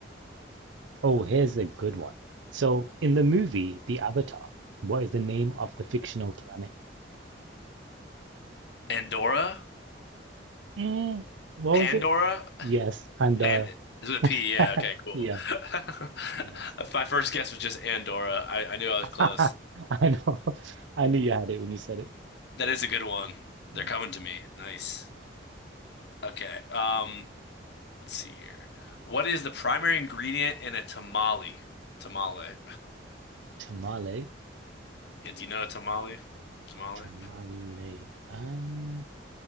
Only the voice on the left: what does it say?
Andorra?
Pandora?
Pan is with a P. Yeah,
okay, cool.
<laughs>
My first guess was just Andorra. I, I knew I was
close.
That is a good one.
They're coming to me. Nice. Okay. Um, let's see here. What is the primary ingredient in a tamale? Tamale.
Yeah, do you know a tamale? Tamale?